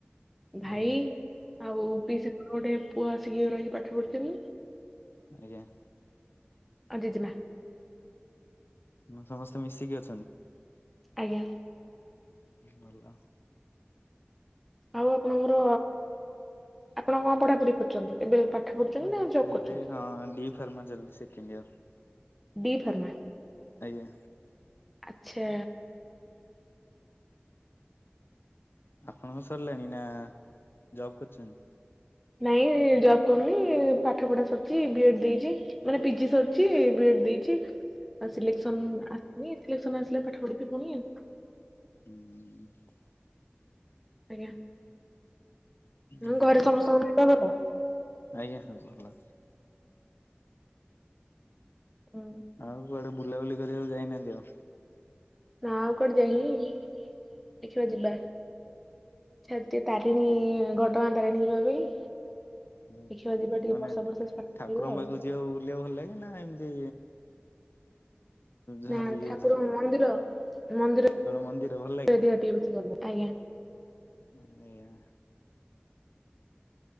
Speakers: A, in the centre; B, on the left.
A: ଭାଇ
B: ଆଜ୍ଞା
A: ଆଉ ପିସି ର ଗୋଟେ ପୁଅ ଆସିକି ରହିକି ପାଠ ପଢିଛନ୍ତି।
B: ଆଜ୍ଞା।
A: ଆଉ ଜେଜେ ମା।
B: ହୁଁ ସମସ୍ତେ ମିଶିକି ଅଛନ୍ତି।
A: ଆଜ୍ଞା।
B: ଭଲ।
A: ଆଉ ଆପଣଙ୍କର ଆପଣ କଣ ପଢାପଢି କରୁଛନ୍ତି ଏବେ ପାଠ? ପଢୁଛନ୍ତି
B: ମୁଁ
A: ନା ଜବ୍ କରୁଛନ୍ତି?
B: ଏବେ ହଁ ଡି ଫାର୍ମ ଚାଲିଛି ସେକେଣ୍ଡ ଇୟର।
A: ଡି ଫର୍ମା
B: ଆଜ୍ଞା।
A: ଆଚ୍ଛା।
B: ଆପଣଙ୍କ ସରିଲାଣି ନା ଜବ୍ କରିଛନ୍ତି?
A: ନାଇଁ ଜବ୍ କରୁନି ପାଠ ପଢା ସରିଛି ବି ଏଡ୍ ଦେଇଛି ମାନେ ପିଜି ସ ବିଏଡି ଦେଇଛି ସିଲେକ୍ସନ
B: ଆଜ୍ଞା ଆଜ୍ଞା
A: ଆସିନି ସିଲେକ୍ସନ ଆସିଲେ ପାଠ ପଢିବି ପୁଣି।
B: ହୁଁ ହୁଁ
A: ଆଜ୍ଞା
B: ହଁ
A: ଉଁ ଘରେ ସମସ୍ତଙ୍କ <unintelligible>
B: ଆଜ୍ଞା ସବୁ ଭଲଛି।
A: ହୁଁ
B: ଆଉ କୁଆଡେ ବୁଲାବୁଲି କରିବାକୁ ଯାଇନାହାନ୍ତି ଆଉ
A: ନା ଆଉ କୁଆଡେ ଯାଇନି ଦେଖିବା ଯିବା। <unintelligible> ତାରିଣୀ ଘଟଗାଁ ତାରିଣୀ ଯିବା ପାଇଁ
B: ହୁଁ
A: ଦେଖିବା ଯିବା ଟିକେ
B: ମାନେ
A: ବର୍ଷା ଫର୍ଷା ଛାଡୁ
B: ଠାକୁରଙ୍କ
A: ଯିବା ଆଉ
B: ପାଖକୁ ଯିବାକୁ ବୁଲିବାକୁ ଭଲ ଲାଗେ ନା ଏମିତି ଝର
A: ନା
B: ଇଏ
A: ଠାକୁର
B: ଝ
A: ମନ୍ଦିର ମନ୍ଦିର
B: ମନ୍ଦିର ଭଲ ଲାଗେ
A: ଏରିଆ ଟିକେ ଭଲ ଆଜ୍ଞା।
B: ଆଜ୍ଞା।